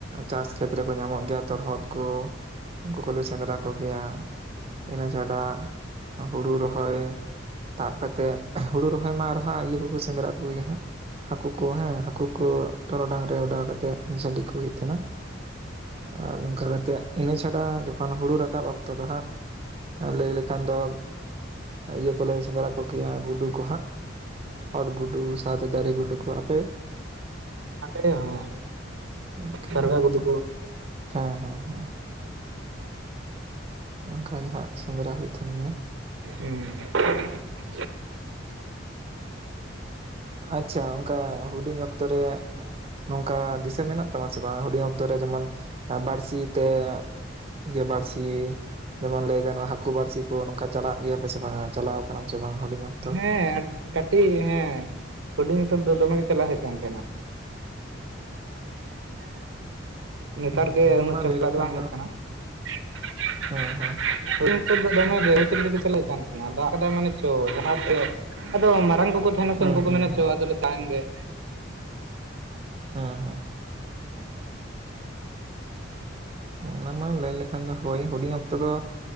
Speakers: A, on the right (about 30°); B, on the right (about 90°).
A: ᱪᱟᱥ ᱠᱷᱮᱛ ᱨᱮᱠᱚ ᱧᱟᱢᱚᱜ ᱜᱮᱭᱟ ᱛᱚᱨᱦᱚᱫ ᱠᱚ ᱩᱱᱠᱩ ᱠᱚᱞᱮ ᱥᱮᱸᱫᱽᱨᱟ ᱠᱚᱜᱮᱭᱟ ᱤᱱᱟᱹ ᱪᱷᱟᱰᱟ ᱦᱩᱲᱩ ᱨᱚᱦᱚᱭ ᱛᱟᱵ ᱠᱟᱛᱮᱫ ᱦᱩᱲᱩ ᱨᱚᱦᱚᱭ ᱢᱟ ᱟᱨᱦᱟᱸ ᱤᱭᱟᱹ ᱠᱚᱠᱚ ᱥᱮᱸᱫᱽᱨᱟ ᱠᱚᱜᱮ ᱦᱟᱸᱜ ᱦᱟᱹᱠᱩ ᱠᱚ ᱦᱮᱸ ᱦᱟᱹᱠᱩ ᱠᱚ ᱴᱚᱨᱚᱰᱟᱝ ᱨᱮ ᱚᱰᱟᱣ ᱠᱟᱛᱮᱫ ᱡᱷᱟᱹᱞᱤ ᱠᱚ ᱦᱩᱭᱩᱜ ᱛᱟᱦᱮᱱᱟ ᱟᱨ ᱱᱚᱝᱠᱟ ᱠᱟᱛᱮᱫ ᱤᱱᱟᱹ ᱪᱷᱟᱰᱟ ᱡᱚᱠᱷᱚᱱ ᱦᱩᱲᱩ ᱨᱟᱠᱟᱵ ᱚᱠᱛᱚ ᱫᱚ ᱦᱟᱸᱜ ᱟᱨ ᱞᱟᱹᱭ ᱞᱮᱠᱷᱟᱱ ᱫᱚ ᱤᱭᱟᱹ ᱠᱚᱞᱮ ᱥᱮᱸᱫᱽᱨᱟ ᱠᱚᱜᱮᱭᱟ ᱜᱩᱰᱩ ᱠᱚ ᱦᱟᱸᱜ ᱚᱫ ᱜᱩᱰᱩ ᱥᱟᱶᱛᱮ ᱫᱟᱨᱮ ᱜᱩᱰᱩ ᱠᱚ ᱟᱯᱮ
B: ᱟᱞᱮ ᱦᱚᱸ
A: ᱟᱨᱠᱤ
B: ᱥᱟᱨᱜᱟ
A: ᱦᱮᱸᱛᱚ
B: ᱜᱩᱰᱩ ᱠᱚ
A: ᱦᱮᱸ ᱦᱮᱸ ᱦᱮᱸ ᱚᱱᱠᱟ ᱜᱮ ᱦᱟᱸᱜ ᱥᱮᱸᱫᱽᱨᱟ ᱦᱩᱭᱩᱜ <unintelligible>
B: ᱩᱸ <inaudible>
A: ᱟᱪᱪᱷᱟ ᱚᱱᱠᱟ ᱦᱩᱰᱤᱧ ᱚᱠᱛᱚ ᱨᱮ ᱱᱚᱝᱠᱟ ᱫᱤᱥᱟᱹ ᱢᱮᱱᱟᱜ ᱛᱟᱢᱟ ᱥᱮ ᱵᱟᱝ ᱦᱩᱰᱤᱧ ᱚᱠᱛᱚ ᱨᱮ ᱡᱮᱢᱚᱱ ᱵᱟᱹᱲᱥᱤ ᱛᱮ ᱤᱭᱟᱹ ᱵᱟᱲᱥᱤ ᱡᱮᱢᱚᱱ ᱞᱟᱹᱭ ᱜᱟᱱᱚᱜᱼᱟ ᱦᱟᱹᱠᱩ ᱵᱟᱹᱲᱥᱤ ᱠᱚ ᱱᱚᱝᱠᱟ ᱪᱟᱞᱟᱜ ᱜᱮᱭᱟᱯᱮ ᱥᱮ ᱵᱟᱝᱟ ᱪᱟᱞᱟᱣ ᱟᱠᱟᱱᱟᱢ ᱥᱮ ᱵᱟᱝᱟ? ᱦᱩᱰᱤᱧ ᱚᱠᱛᱚ
B: ᱦᱮᱸ ᱠᱟᱹᱴᱤᱡ ᱦᱮᱸ ᱦᱩᱰᱤᱧ ᱚᱠᱛᱚ ᱫᱚ ᱫᱚᱢᱮ ᱜᱮ ᱪᱟᱞᱞᱟᱣ ᱦᱩᱭᱩᱜ ᱠᱟᱱ ᱛᱟᱦᱮᱸᱱᱟ ᱾ ᱱᱮᱛᱟᱨ
A: ᱦᱮᱸ
B: ᱜᱮ
A: ᱱᱚᱣᱟ
B: ᱩᱱᱟᱹᱜ
A: ᱢᱟ
B: ᱪᱟᱞᱟᱜ
A: ᱞᱟᱹᱭ ᱞᱮᱠᱷᱟᱱ
B: ᱫᱚ ᱵᱟᱝ ᱦᱩᱭᱩᱜ ᱠᱟᱱᱟ ᱾
A: ᱦᱮᱸ ᱦᱮᱸ
B: <unintelligible> ᱫᱚᱢᱮ ᱜᱮ <unintelligible> ᱪᱟᱞᱟᱜ ᱠᱟᱱ ᱛᱟᱦᱮᱱᱟ ᱫᱟᱜ ᱠᱟᱫᱟᱭ ᱢᱟᱱᱮ ᱪᱚ ᱡᱟᱦᱟᱸ <unintelligible> ᱟᱫᱚ ᱢᱟᱨᱟᱝ ᱠᱚᱠᱚ ᱛᱟᱦᱮᱱᱟ ᱥᱮ
A: ᱦᱮᱸ
B: ᱩᱱᱠᱩ ᱠᱚ
A: ᱦᱮᱸ
B: ᱢᱮᱱᱟ
A: ᱦᱮᱸ
B: ᱪᱚ ᱟᱫᱚᱞᱮ ᱪᱟ ᱮᱱ ᱜᱮ ᱾
A: ᱦᱩᱸ ᱚᱱᱟ ᱢᱟ ᱞᱟᱹᱭ ᱞᱮᱠᱷᱟᱱ ᱫᱚ ᱦᱳᱭ ᱦᱩᱰᱤᱧ ᱚᱠᱛᱚ ᱫᱚ